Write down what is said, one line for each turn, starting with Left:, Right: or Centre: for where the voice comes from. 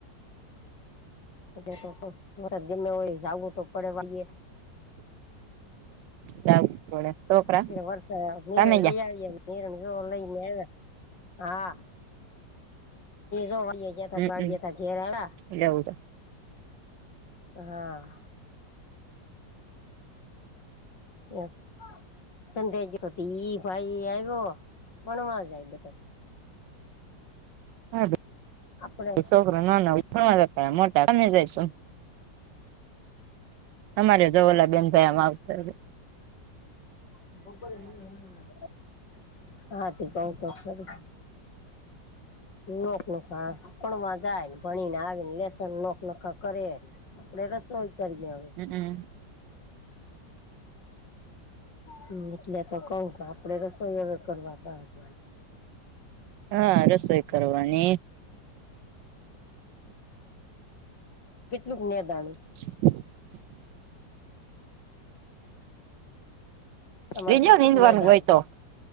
Left: <unintelligible> વરસાદ ગમે હોય જાવું તો પડે વાડીએ
Right: જાવુ પડે છોકરા
Left: <unintelligible> લઈ આવીયે
Right: કામે જા
Left: નિરણ જો લઈને આવ્યા હા <unintelligible> <unintelligible>
Right: હમમ
Left: વાડીએથા ઘેરે આયા
Right: <inaudible>
Left: હા. <unintelligible> ભાઈ આવ્યો ભણવા જાય બધે
Right: હા
Left: આપડે
Right: છોકરા નાના ભણવા જાતા <unintelligible> અમારે જો ઓલા બેન ભાઈ <unintelligible>
Left: <unintelligible> હા તે કઉ તો ખરી <unintelligible> ભણવા જાય ભણીને આવીને લેસ <unintelligible> આપડે રસોઈ કરીએ હવે
Right: <inaudible>
Left: હમ એટલે તો કવ આપડે રસોઈ <unintelligible>
Right: હા રસોઈ કરવાની
Left: કેટલુંક નેદાણુ
Right: <unintelligible>
Left: તમારે
Right: લેજો
Left: કેટલુંક
Right: નીંદવાનું
Left: નેદાણું
Right: હોય તો